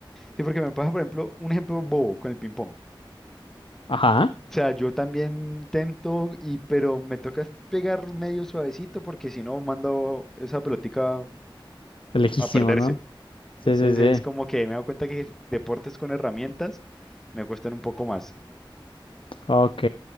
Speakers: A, in the centre; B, on the left.
A: sí, porque me pasa, por ejemplo, un ejemplo bobo con el ping-pong.
B: Ajá,
A: O sea, yo también tento, y, pero me toca es pegar medio suavecito porque si no mando esa pelotica
B: lejísimo,
A: a perderse.
B: ¿no? Sí,
A: Entonces
B: sí, sí.
A: es como que me doy cuenta que deportes con herramientas me cuestan un poco más.
B: Ok.